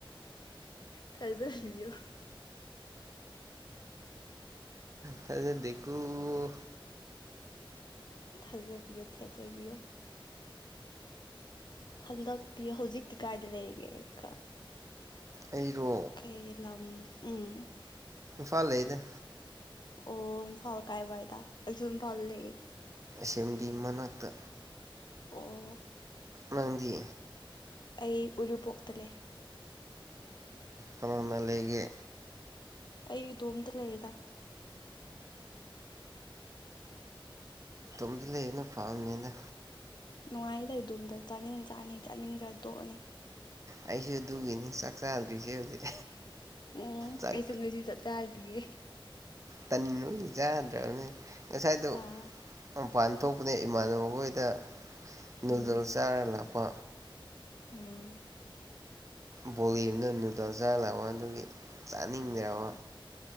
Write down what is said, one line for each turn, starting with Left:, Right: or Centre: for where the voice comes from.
Left: ꯐꯖꯜ ꯂꯣ
Right: ꯊꯥꯖꯗꯦꯀꫭ
Left: ꯊꯖ ꯄꯌꯣ ꯊꯖ ꯄꯌꯣ ꯍꯟꯗꯛꯇꯤ ꯍꯧꯖꯤꯛꯇꯤ ꯀꯥꯏꯗ ꯂꯩꯒꯦ ꯀ
Right: ꯑꯩꯔꯣ
Left: ꯀꯩꯂꯝꯝ ꯎꯝ
Right: ꯐꯂ ꯂꯩꯗ
Left: ꯑꯣ ꯏꯝ ꯐꯥꯜ ꯀꯥꯏ ꯥꯏꯗꯥ ꯑꯆ ꯐꯜ ꯂꯩ
Right: ꯁꯤꯝꯗꯤ ꯃꯅꯥꯛꯇ
Left: ꯑꯣ
Right: ꯃꯥꯪꯗꯤ
Left: ꯑꯩ ꯎꯔꯤꯄꯣꯛꯇ ꯂꯩꯦ
Right: ꯀꯃꯥꯡ ꯃꯥ ꯂꯩꯒꯦ
Left: ꯑꯩ ꯏꯗꯣꯝꯇ ꯂꯩꯔꯤꯗ
Right: ꯗ ꯂꯩꯅ ꯐꯥꯝꯅꯦ
Left: ꯅꯨꯡꯉꯥꯏ ꯂꯩ ꯑꯗꯨꯣꯝꯗ ꯆꯥꯅꯤꯡ ꯆꯥꯅꯤ ꯆꯥꯅꯤꯡꯗ꯭ꯔ ꯇꯣꯛꯑꯅꯤ
Right: ꯑꯩꯁꯨ ꯑꯗꯨꯒꯤꯅꯤ ꯆꯥꯛ ꯆꯥꯗ꯭ꯔꯤꯁꯦ ꯍꯧꯖꯤꯛ
Left: ꯎꯝ
Right: ꯆꯥꯛ
Left: ꯑꯩꯁꯨ ꯉꯁꯤ ꯆ ꯆꯗꯌꯦ
Right: ꯇꯟ ꯂ ꯆꯥꯗ꯭ꯔꯕꯅꯦ ꯉꯁꯥꯏꯗ
Left: ꯑꯥ
Right: ꯄ ꯊꯣꯛꯄꯅꯦ ꯏꯃꯥꯟꯅꯕ ꯈꯣꯏꯗ ꯅꯨꯗꯜꯁꯔꯦꯂ
Left: ꯎꯝ
Right: ꯄ
Left: ꯎꯝ
Right: ꯕꯣꯂꯤꯅ ꯇꯧ ꯆꯥꯂꯕ ꯑꯗꯨꯒꯤ ꯆꯥꯅꯤꯡꯗ꯭ꯔꯕ